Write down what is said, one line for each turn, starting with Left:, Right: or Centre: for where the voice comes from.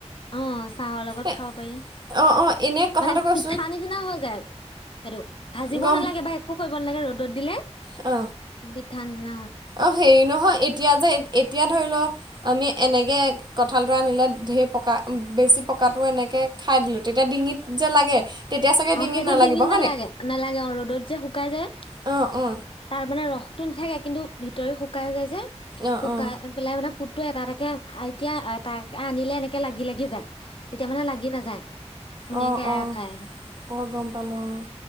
Left: অ চাহৰ লগত
Right: এ
Left: খাব পাৰি
Right: অ অ এনে কথাটো
Left: মানে
Right: কৈছো
Left: পিঠা নি নিচিনা হৈ যায় আৰু সেইটো ভাজিব
Right: গম
Left: নালাগে বা একো কৰিব নালাগে ৰ'দত দিলে
Right: অ
Left: বি থান ন
Right: অ হেৰি নহয় এতিয়া যে এতিয়া ধৰি লও আমি এনেকৈ কঁঠালডৰা আনিলে ঢেৰ পকা বেছি পকাটো এনেকে খাই দিলো তেতিয়া ডিঙিত যে লাগে তেতিয়া চাগে
Left: অ সেইটো
Right: নালাগিব
Left: ডিঙিত
Right: হয়নে
Left: নালাগে নালাগে অ ৰ'দত যে শুকাই যায়
Right: অ অ
Left: তাৰ মানে ৰসতটো নাথাকে কিন্তু ভিতৰে শুকাই হৈ যায় যে
Right: অ
Left: শুকাই
Right: অ
Left: পেলাই মানে ফুডতটো এটা এটাকে এতিয়া এ তাক আনিলে এনেকে লাগি লাগি যায় তেতিয়া মানে লাগি নাযায় ধুনীয়াকে
Right: অঁ
Left: এৰা
Right: অঁ
Left: খাই আহে
Right: ম গম পালোঁ অঁ